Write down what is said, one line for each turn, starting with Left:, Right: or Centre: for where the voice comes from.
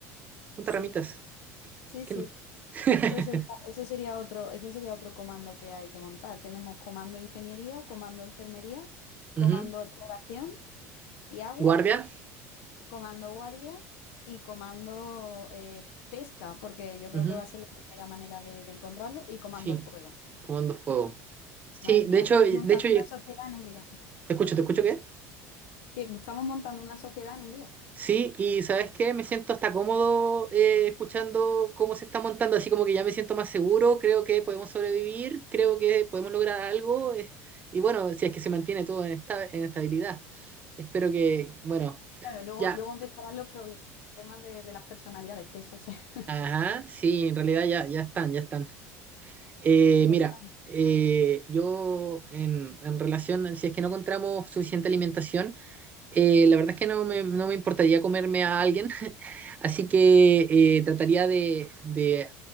Right: Junta
Left: Sí,
Right: ramitas.
Left: sí,
Right: ¿Qué
Left: sí.
Right: no? <laughs>
Left: Eso sería, eso sería otro, eso sería otro comando que hay que montar. Tenemos comando ingeniería, comando enfermería, comando
Right: Ujú.
Left: exploración y agua.
Right: Guardia.
Left: Comando guardia y comando eh, pesca, porque yo creo
Right: Ujú.
Left: que va a ser la primera manera de, de encontrarlo, y comando
Right: Sí.
Left: fuego.
Right: Comando fuego. Sí,
Left: Madre mía,
Right: de hecho,
Left: estamos
Right: de
Left: montando
Right: hecho, te
Left: una sociedad en un día.
Right: escucho, ¿te escucho qué?
Left: Que estamos montando una sociedad en un día.
Right: Sí, y ¿sabes qué? Me siento hasta cómodo eh, escuchando cómo se está montando, así como que ya me siento más seguro, creo que podemos sobrevivir, creo que podemos lograr algo, eh, y bueno, si es que se mantiene todo en, esta, en estabilidad. Espero que, bueno,
Left: Claro, luego,
Right: ya,
Left: luego empezarán los problemas de, de las personalidades, que eso se... <laughs>
Right: ajá, sí, en realidad ya, ya están, ya están. Eh,
Left: Ya
Right: mira,
Left: está.
Right: eh, yo en, en relación, si es que no encontramos suficiente alimentación, eh, la verdad es que no me, no me importaría comerme a alguien, <laughs> así que eh, trataría de, de,